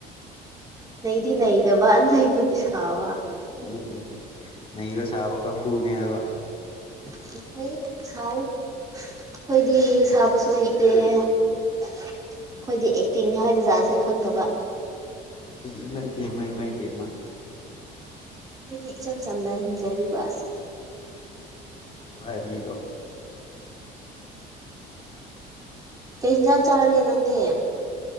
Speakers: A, on the right; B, on the left.
A: ꯅꯩꯗꯤ ꯅꯩꯗꯕ ꯅꯩꯕꯗꯤ ꯁꯥꯕ
B: ꯎꯝ ꯅꯩꯕ ꯁꯕ ꯀꯡꯕꯨꯅꯦꯕ
A: ꯐꯩ ꯁꯎ ꯑꯩꯈꯣꯏꯗꯤ ꯁꯕꯁꯨ ꯍꯩꯇ ꯑꯩꯈꯣꯏꯗꯤ ꯑꯦꯛꯇꯤꯡ ꯍꯥꯏꯕ ꯖꯥꯠꯁꯦ ꯈꯪꯗꯕ
B: ꯏꯃꯥꯏ ꯄꯦꯝꯃꯥ ꯏꯃꯥꯏ ꯄꯦꯝꯃꯥ
A: ꯑꯩꯈꯣꯏꯒꯤ ꯏꯆꯝ ꯆꯝꯅ ꯍꯤꯡꯖꯔꯤꯕ
B: ꯋꯔꯤꯗꯣ
A: ꯀꯩ ꯌꯦꯟꯖꯥꯡ ꯆꯥꯔꯒꯦ ꯅꯪꯗꯤ